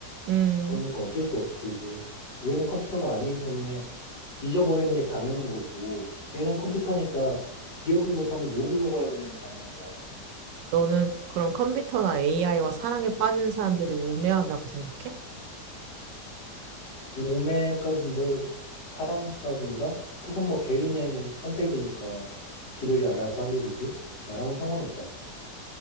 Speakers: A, on the right; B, on the left.
A: 음,
B: 그러니까 어쩔 수 없지. 우리는 컴퓨터가 아니기 때문에 잊어버리는 게 당연한 거고, 얘는 컴퓨터니까 기억을 못하면 욕을 먹어야 되는 게 당연한 거야.
A: 너는 그럼 컴퓨터나 AI와 사랑에 빠지는 사람들이 우매하다고 생각해?
B: 우매까지 뭐, 사랑에 빠진다? 그건 뭐 개인의 선택이니까 지들이 알아서 할 일이지. 나랑은 상관없잖아.